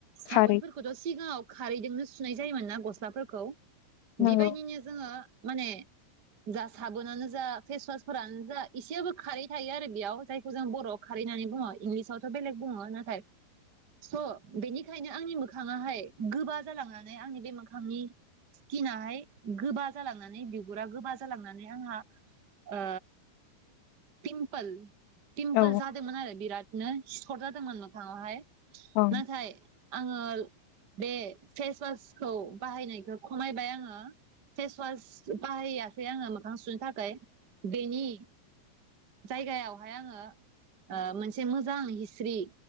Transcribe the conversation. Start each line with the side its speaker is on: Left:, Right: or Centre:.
Right: साबोनफोरखौथ'
Left: थारै
Right: सिगाङाव खारैजोंनो सुनाय जायोमोन ना गस्लाफोरखौ
Left: नंगौ
Right: बेबायदिनो जोङो माने जा साबोनानो जा फेसवासफोरानो जा एसेबाबो खारै थायो आरो बेयाव जायखौ जों बर'आव खारै होननानै बुङो इंलिसावथ' बेलेग बुङो नाथाय स' बेनिखायनो आंनि मोखाङाहाय गोबा जालांनानै आंनि बे मोखांनि स्किनाहाय गोबा जालांनानै बिगुरा गोबा जालांनानै आंहा ओ पिमपोल पिमपल
Left: औ
Right: जादोमोन आरो बिरट नो सिथर जादोमोन मो खाङाव हाय।
Left: औ
Right: नाथाय आङो बे फेसवासखौ बाहायनायखौ खमायबाय आङो फेसवास बाहायासै आङो मोखां सुनो थाखै बेनि जायगायावहाय आङो ओ मोनसे मोजां हिस्रि